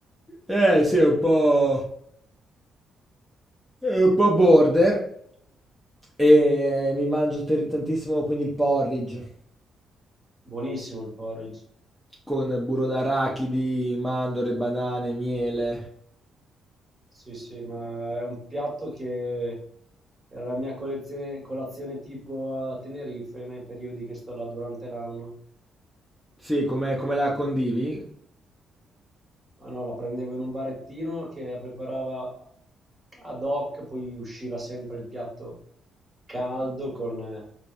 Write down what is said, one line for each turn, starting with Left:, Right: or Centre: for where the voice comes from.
Centre: Eh, sì, è un po'... è un po' border. E mi mangio per- tantissimo quindi il porridge
Right: Buonissimo il porridge.
Centre: con burro d'arachidi, mandorle, banane, miele.
Right: Sì, sì, ma è un piatto che era la mia collezione- colazione tipo a Tenerife nei periodi che sto là durante l'anno.
Centre: Sì, come, come la condivi?
Right: Ma no, la prendevo in un barettino che la preparava ad hoc, poi usciva sempre il piatto caldo con eh,